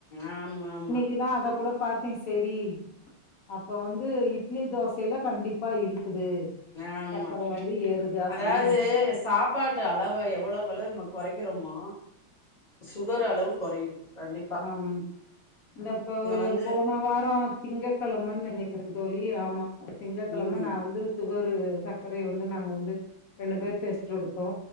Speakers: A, on the left; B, on the left.
A: ஆமா ஆமா
B: கிதா அத கூட பாத்தே சேரி அப்ப வந்து இட்லி தோசைல்ல கண்டிப்பா இருக்குது
A: ஆமா
B: சக்கர வந்து ஏறுது அப்டின்னு
A: அதாவது
B: நெனச்சே
A: சாப் பாட்டு அளவ எவ்வளக்களவு நம்ம கொறைக்கிறமோ சுகர் அளவு குறையு கண்டிப்
B: ஆ ம் இந்த இப்ப ஒரு
A: வந்து
B: போன வாரோ திங்க கெழமன் நெனைக்கிறே தோழி ஆமா திங்க கெழம
A: ம்
B: நா வந்து சுகரு சக்கரய வந்து நாங்க வந்து ரெண்டு பேர் டெஸ்ட் எடுத்தோ